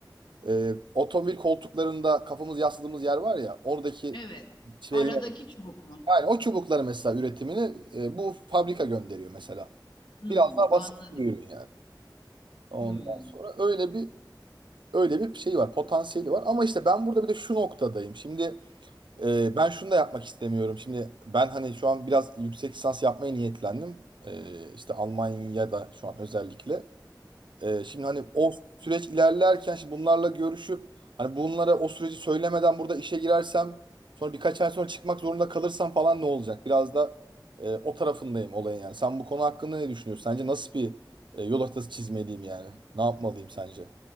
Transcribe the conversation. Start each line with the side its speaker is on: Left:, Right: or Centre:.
Right: e, otomobil koltuklarında kafamız yasladığımız yer var ya oradaki
Left: Evet.
Right: şeyler
Left: Aradaki çubuk mu?
Right: Yani o çubukları mesela üretimini e, bu fabrika gönderiyor mesela.
Left: Hmm,
Right: Biraz daha basit
Left: anladım.
Right: bir ürün yani. Ondan
Left: Hmm.
Right: sonra öyle bir öyle bir şey var, potansiyeli var. Ama işte ben burada bir de şu noktadayım. Şimdi e, ben şunu da yapmak istemiyorum. Şimdi ben hani şu an biraz yüksek lisans yapmaya niyetlendim. E, işte Almanya'da şu an özellikle. Ee, şimdi hani o süreç ilerlerken şimdi bunlarla görüşüp hani bunlara o süreci söylemeden burada işe girersem sonra birkaç ay sonra çıkmak zorunda kalırsam falan ne olacak? Biraz da e, o tarafındayım olayın yani. Sen bu konu hakkında ne düşünüyorsun? Sence nasıl bir e, yol haritası çizmeliyim yani? Ne yapmalıyım sence?